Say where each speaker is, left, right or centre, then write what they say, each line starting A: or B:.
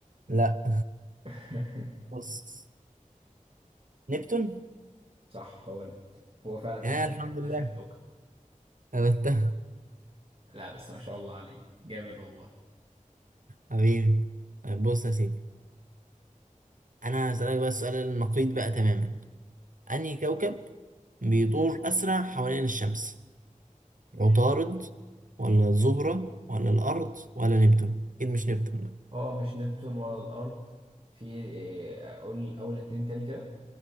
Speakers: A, on the right; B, on the right.
A: لا
B: <laughs>
A: بص نبتون
B: صح هو نبتون هو فعلا
A: يا
B: اخر
A: الحمد لله
B: اخر كوكب
A: ثبتها
B: لا بس ما شاء الله عليه جامد والله
A: حبيبي طيب بص يا سيدي انا هسألك بقى السؤال النقيض بقى تماما انهي كوكب بيدور اسرع حوالين الشمس
B: ماشي
A: عطارد ولا الزهرة ولا الأرض ولا نبتون أكيد مش نبتون بقى.
B: هو مش نبتون ولا الأرض في إيه، أقول أول اتنين تاني كده